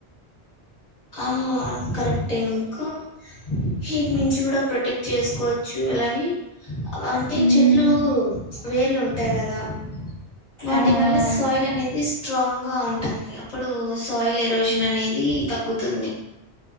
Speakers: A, on the left; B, on the right.
A: ఆ కరెక్ట్ ఇంకా హీట్ నుంచి కూడా ప్రొటెక్ట్ చేసుకోవచ్చు అలాగే అంటే
B: ఉమ్
A: చెట్లు వేర్లు ఉంటాయి గదా వాటి
B: ఆ
A: వల్ల
B: ఆ
A: సాయిల్ అనేది స్ట్రాంగ్గా ఉంటుంది అప్పుడు సాయిల్ ఎరోజన్ అనేది తగ్గుతుంది